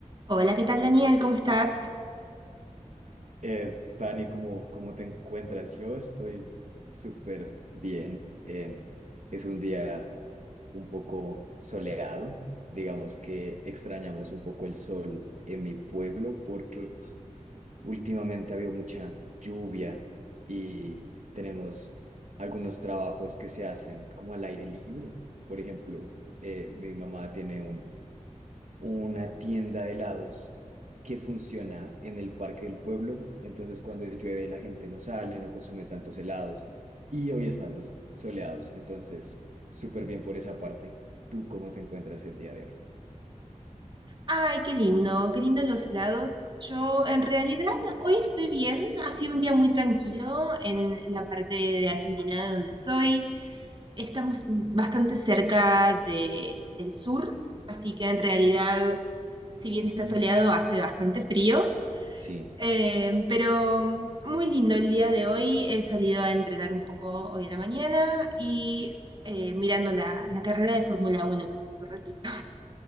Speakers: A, on the right (about 35°); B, on the right (about 65°).
A: Hola, ¿qué tal Daniel? ¿Cómo estás?
B: Eh, Fanny, ¿cómo, cómo te encuentras? Yo estoy súper bien. Eh, es un día un poco soleado. Digamos que extrañamos un poco el sol en mi pueblo porque últimamente ha habido mucha lluvia y tenemos algunos trabajos que se hacen como al aire libre. Por ejemplo, eh, mi mamá tiene un una tienda de helados que funciona en el Parque del Pueblo. Entonces, cuando llueve, la gente no sale, no consume tantos helados. Y hoy estamos soleados. Entonces, súper bien por esa parte. ¿Tú cómo te encuentras el día de hoy?
A: Ay, qué lindo, qué lindo los helados. Yo en realidad hoy estoy bien, ha sido un día muy tranquilo en la parte de Argentina de donde soy. Estamos bastante cerca de- del sur, así que en realidad, si bien está
B: Mm,
A: soleado, hace bastante frío.
B: Sí,
A: Eh, pero muy lindo el día de hoy. He salido a entrenar un poco hoy a la mañana y eh, mirando la, la carrera de Fórmula Uno que fue hace un ratito.